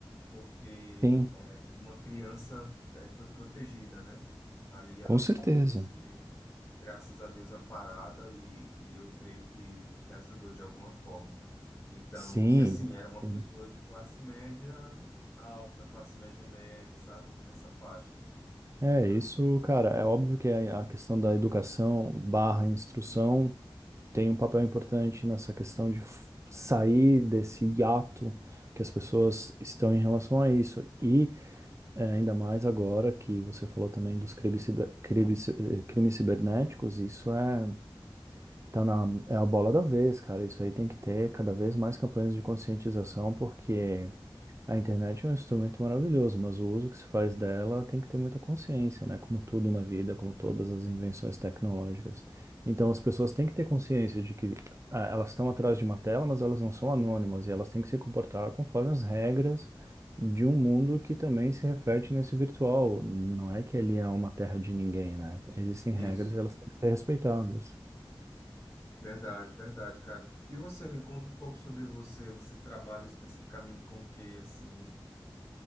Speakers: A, on the left; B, on the right.
A: porque
B: Sim.
A: eh, uma criança eh, foi protegida, né? Ali ela
B: Com certeza.
A: pôde ser graças a Deus, amparada e, e eu creio que, que ajudou de alguma forma. Então,
B: Sim.
A: e assim, era uma
B: sim.
A: pessoa de classe média alta, classe média média, sabe? Nessa faixa.
B: É,
A: Então,
B: é isso, cara. É óbvio que a a questão da educação barra instrução tem um papel importante nessa questão de f- sair desse hiato que as pessoas estão em relação a isso. E é, ainda mais agora que você falou também dos crimes, ciber- crimes, ci- eh, crimes cibernéticos, isso é, tá na, é a bola da vez, cara. Isso aí tem que ter cada vez mais campanhas de conscientização, porque. A internet é um instrumento maravilhoso, mas o uso que se faz dela tem que ter muita consciência, né? Como tudo na vida, como todas as invenções tecnológicas. Então, as pessoas têm que ter consciência de que ah, elas estão atrás de uma tela, mas elas não são anônimas e elas têm que se comportar conforme as regras de um mundo que também se reflete nesse virtual. Não é que ele é uma terra de ninguém, né? Existem regras
A: isso.
B: e elas têm que ser respeitadas.
A: Verdade, verdade, cara. E você, me conta um pouco sobre você. Você trabalha especificamente com o quê, assim?